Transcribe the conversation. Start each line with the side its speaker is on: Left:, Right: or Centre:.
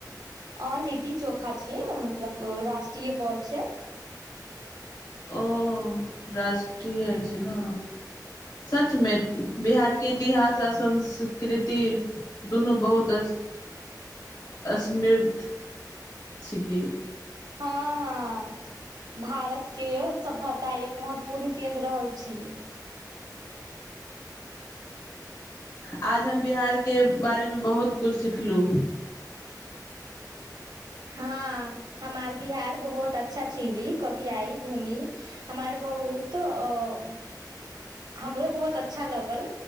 Right: अ लिट्टी चोखा छीय मतलब राष्ट्रीय कल छै।
Left: ओ राष्ट्रीय छै ने सच मे बिहार के इतिहास आ संस्कृति दुनू बहुत अ समृद्ध छिकी।
Right: हँ हँ भारत के सभ्यता एक महत्वपूर्ण केन्द्र रहल छी।
Left: आज हम बिहार के बारेमे बहुत किछु सिखलु।
Right: हँ हमार बिहार बहुत अच्छा छीली कभी आई घूमी हमार बहुत अ। हमरो बहुत अच्छा लगल